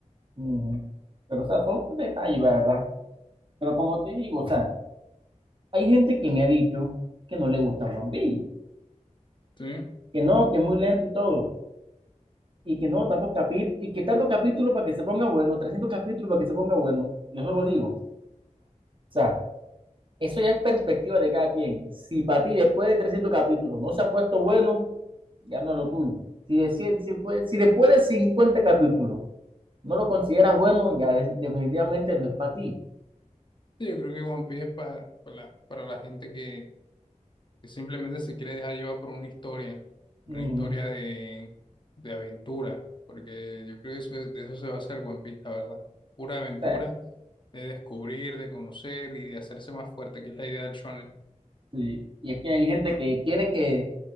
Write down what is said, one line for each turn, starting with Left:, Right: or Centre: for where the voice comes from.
Right: ujú. Pero, o sea, son detalles, la ¿verdad? Pero como te digo, o sea, hay gente que me ha dicho que no le gusta One Piece,
Left: ¿Sí?
Right: que no, que es muy lento y todo. y que no tanto capi- y que tanto capítulo para que se ponga bueno, 300 capítulos para que se ponga bueno. Yo solo digo. O sea, eso ya es perspectiva de cada quien. Si para ti después de 300 capítulos no se ha puesto bueno, ya no es lo tuyo. Si, de 100 si, puede- si después de 50 capítulos no lo consideras bueno, ya de- definitivamente no es para ti.
Left: Sí, yo creo que One Piece es pa- pa la- para la gente que, que simplemente se quiere dejar llevar por una historia, una
Right: Ujú.
Left: historia de, de aventura, porque yo creo que eso, de eso se va a hacer One Piece, la verdad. Pura aventura
Right: ¿sabes?
Left: de descubrir, de conocer y de hacerse más fuerte, que es la idea del shonen.
Right: Sí, Y es que hay gente que quiere que,